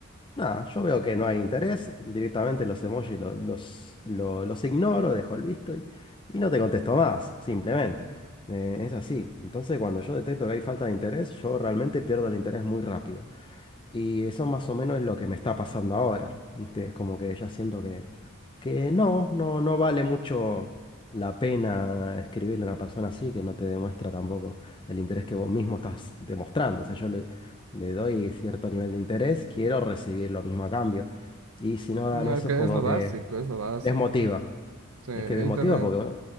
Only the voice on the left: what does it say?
Nada, yo veo que no hay interés, directamente los emojis lo- los, lo- los ignoro, dejo el visto y, y no te contesto más, simplemente. Eh, es así. Entonces, cuando yo detecto que hay falta de interés, yo realmente pierdo el interés muy rápido. Y eso más o menos es lo que me está pasando ahora. ¿viste? Como que ya siento que, que no, no, no vale mucho la pena escribirle a una persona así que no te demuestra tampoco el interés que vos mismo estás demostrando. O sea, yo le, le doy cierto nivel de interés, quiero recibir lo mismo a cambio. Y si no dan
eso
es como
que
desmotiva.
Es que desmotiva
porque